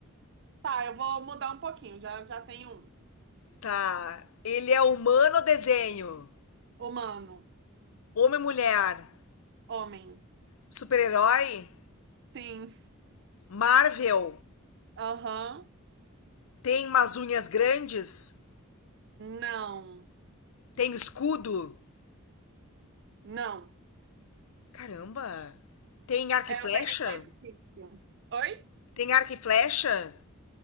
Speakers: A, on the right (about 55°); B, on the left (about 80°).
A: Tá, eu vou mudar um pouquinho. Já, já tem um.
B: Tá. Ele é humano ou desenho?
A: Humano.
B: Homem ou mulher?
A: Homem.
B: Super-herói?
A: Sim.
B: Marvel?
A: Aham.
B: Tem umas unhas grandes?
A: Não.
B: Tem escudo?
A: Não.
B: Caramba! Tem arco
A: É,
B: e flecha?
A: eu peguei mais difícil. Oi?
B: Tem arco e flecha?